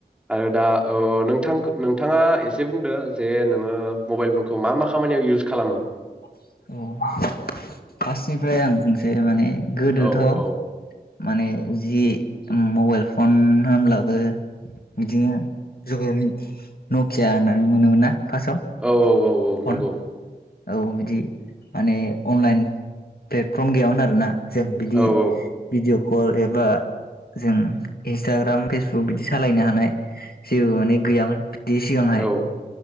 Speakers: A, in the centre; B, on the left.
A: आरो दा ओ नोंथां नोंथाङा एसे बुंदो जे नोङो मबाइल फनखौ मा मा खामानियाव इउस खालामो
B: औ फार्स्टनिफ्राय आं बुंसै माने गोदोथ'
A: औ औ
B: माने जिदि मबाइल फन होनब्लाबो बिदिनो जुग नकिया होननानै मोनोमोन ना फार्स्टआव
A: औ औ औ औ
B: फन
A: नंगौ
B: औ बिदि माने अनलाइन प्लेटफर्म गैयामोन आरोना जों बिदि
A: औ औ
B: भिडिअ हर एबा जों इन्सटाग्राम फेसबुक बिदि सालायनो हानाय जेबो माने गैयामोन बि सिगांहाय
A: औ